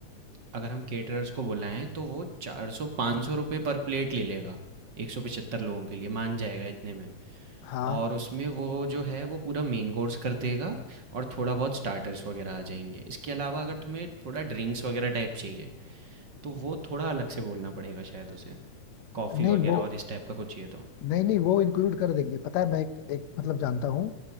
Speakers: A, on the right (about 45°); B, on the left (about 70°).
A: अगर हम केटरर्स को बुलाएं तो वो चार सौ पाँच सौ रुपये पर प्लेट ले लेगा एक सौ पचहत्तर लोगों के लिए मान जाएगा इतने में
B: हाँ
A: और उसमें वो जो है वो पूरा मेन कोर्स कर देगा और थोड़ा बहुत स्टार्टर्स वगैरह आ जाएंगे इसके अलावा अगर तुम्हें थोड़ा ड्रिंक्स वगैरह टाइप चाहिए तो वो थोड़ा अलग से बोलना पड़ेगा शायद उसे, कॉफ़ी
B: नहीं
A: वग़ैरह
B: वो
A: और इस टाइप का कुछ चाहिए तो।
B: नहीं नहीं वो इंक्लूड कर देंगे पता है मैं एक, एक मतलब जानता हूँ